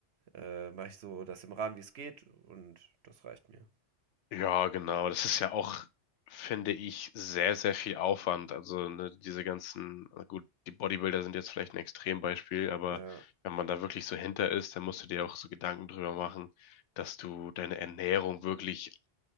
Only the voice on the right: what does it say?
äh, mache ich so das im Rahmen, wie es geht und das reicht mir.
Ja,